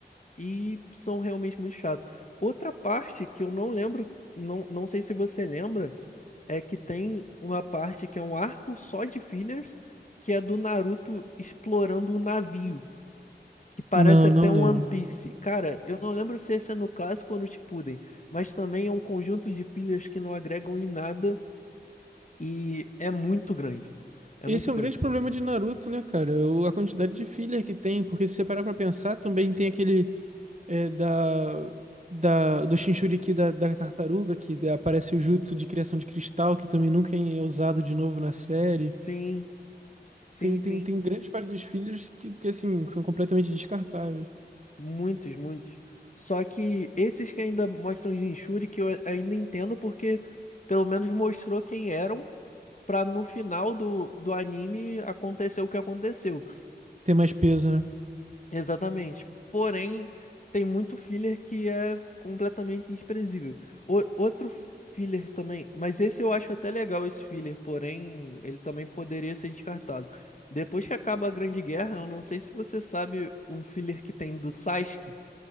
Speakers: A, on the left; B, on the right.
A: e são realmente muito chatos. Outra parte que eu não lembro, não, não sei se você lembra, é que tem uma parte que é um arco só de fillers, que é do Naruto explorando o navio, que parece
B: Não,
A: até
B: não
A: um
B: lembro.
A: One Piece. Cara, eu não lembro se esse é no clássico ou no Shippuden, mas também é um conjunto de fillers que não agregam em nada e é muito grande. É
B: Esse
A: muito
B: é
A: grande.
B: um grande problema de Naruto, né, cara? O- a quantidade de filler que tem, porque se você parar pra pensar, também tem aquele é, da, da, do Jinchuriki da, da tartaruga, que aparece o jutsu de criação de cristal, que também nunca é usado de novo na série.
A: Sim, sim,
B: Tem,
A: sim.
B: tem, tem grandes partes dos fillers que, que, assim, são completamente descartáveis.
A: Muitos, muitos. Só que esses que ainda mostram Jinchuri, que eu ainda entendo, porque pelo menos mostrou quem eram, pra no final do, do anime acontecer o que aconteceu.
B: Tem mais peso, né?
A: Exatamente. Porém, tem muito filler que é completamente desprezível. O- outro filler também, mas esse eu acho até legal esse filler, porém, ele também poderia ser descartado. Depois que acaba a Grande Guerra, eu não sei se você sabe um filler que tem do Sasuke,